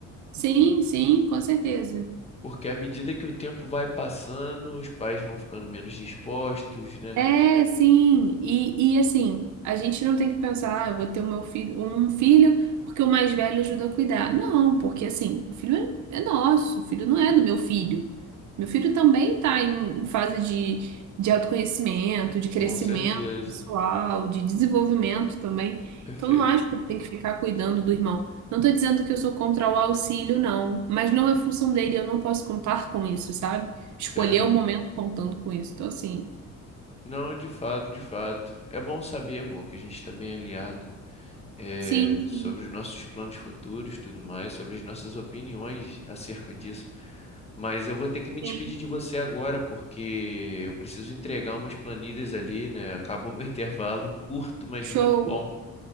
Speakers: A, on the right (about 70°); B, on the left (about 20°).
A: Sim, sim, com certeza.
B: porque à medida que o tempo vai passando, os pais vão ficando menos dispostos, né?
A: É, sim. E, e assim, a gente não tem que pensar, ah, eu vou ter o meu filho, um filho, porque o mais velho ajuda a cuidar. Não, porque assim, o filho é, é nosso, o filho não é do meu filho. Meu filho também está em, em fase de, de autoconhecimento, de crescimento
B: Com certeza.
A: pessoal, de desenvolvimento também.
B: Perfeito.
A: Então não acho que tem que ficar cuidando do irmão. Não estou dizendo que eu sou contra o auxílio, não, mas não é função dele, eu não posso contar com isso, sabe?
B: Certo.
A: Escolher o momento contando com isso. Então, assim.
B: Não, de fato, de fato. É bom saber, amor, que a gente está bem alinhado. é,
A: Sim,
B: sobre
A: sim,
B: os nossos planos futuros, tudo mais, sobre as nossas opiniões acerca disso. Mas eu vou ter que me despedir
A: sim.
B: de você agora, porque eu preciso entregar umas planilhas ali, né? Acabou <laughs> meu intervalo, curto, mas
A: Show.
B: muito bom.